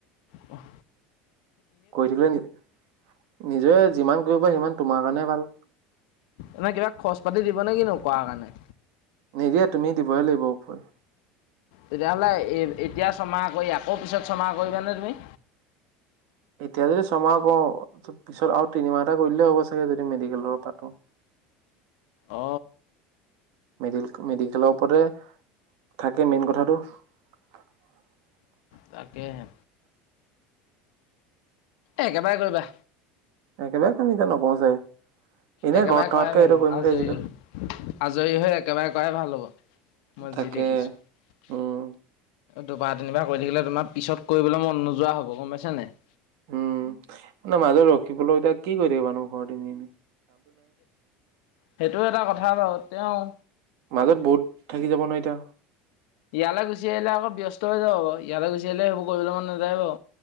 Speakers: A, on the left; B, on the right.
A: অহ
B: কৰি থাকিলে নি নিজে যিমান কৰিব সিমান তোমাৰ কাৰণে ভাল
A: এনে কিবা খৰচ পাতি দিবনে কি নো কোৱা কাৰণে?
B: নিদিয়ে তুমি দিবহে লাগিব ওপৰি
A: তেতিয়া হ'লে এতিয়া ছমাহ কৰি আকৌ পিছত ছমাহ কৰিবানে তুমি
B: এতিয়া যদি ছমাহ ক পিছত আৰু তিনিমাহ এটা কৰি দিলে হ'ব চাগে যদি মেডিকেল পাত <unintelligible>
A: অ
B: মেড মেডিকেলৰ ওপৰতে থাকে মেইন কথাটো <unintelligible>
A: তাকেহে এ একেবাৰে কৰিবা
B: একেৰাৰে চিন্তা নকৰো চাগে এনে
A: একেবাৰে
B: ঘৰত থকাতকে
A: কৰাই ভাল
B: এইটো
A: হব
B: কৰিম বুলি
A: আজৰি
B: ভাবিছিলো
A: আজৰি হৈ একেবাৰে কৰাই ভাল হ'ব মই
B: তাকে
A: যি দেখিছোঁ
B: উম
A: দুবাৰ তিনিবাৰ কৰি থাকিলে তোমাৰ পিছত কৰিবলৈ মন নোযোৱা হব গম পাইছি নাই
B: উম ন মাজত ৰখিবলৈ এতিয়া কি কৰি থাকিবা নো ঘৰতে এনেই
A: সেইটো এটা কথা আৰু তেওঁ
B: মাজত বহুত থাকি যাব ন এতিয়া
A: ইয়ালৈ গুচি আহিলে আকৌ ব্যস্ত হৈ যাব ইয়ালৈ গুচি আহিলে সেইবোৰ কৰিবলৈ মন নাযায় বাৰু